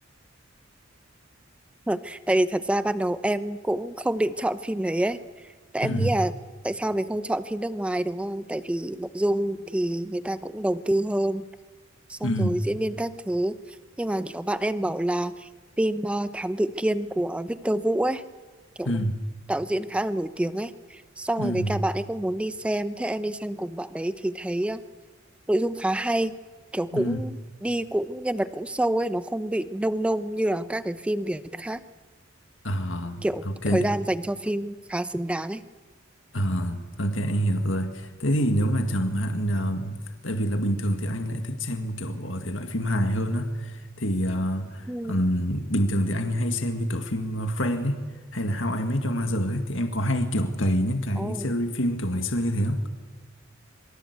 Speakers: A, in the centre; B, on the left (about 70°).
A: <laughs> tại vì thật ra ban đầu em cũng không định chọn phim đấy ấy tại
B: Ừ,
A: em nghĩ là tại sao mình không chọn phim nước ngoài đúng không tại vì nội dung thì người ta cũng đầu tư hơn xong
B: ừ,
A: rồi diễn viên các thứ nhưng mà kiểu bạn em bảo là phim ờ, Thám Tử Kiên của Victor Vũ ấy kiểu
B: ừ,
A: đạo diễn khá là nổi tiếng ấy xong
B: ừ,
A: rồi
B: ừ.
A: với cả bạn ấy cũng muốn đi xem thế em đi xem cùng bạn đấy thì thấy ờ, nội dung khá hay kiểu cũng
B: ừ.
A: đi cũng nhân vật cũng sâu ấy nó không bị nông nông như là các cái phim Việt khác
B: Ờ,
A: kiểu
B: ok.
A: thời gian dành cho phim khá xứng đáng ấy
B: Ờ, ok anh hiểu rồi. Thế thì nếu mà chẳng hạn ờ, tại vì là bình thường thì anh lại thích xem kiểu thể loại phim hài hơn á thì ờ,
A: Ừ.
B: ừm, bình thường thì anh hay xem như kiểu phim ờ, Friends ấy hay là How I Met Your Mother ấy thì em có hay kiểu cày những cái
A: Ồ,
B: series phim kiểu ngày xưa như thế không?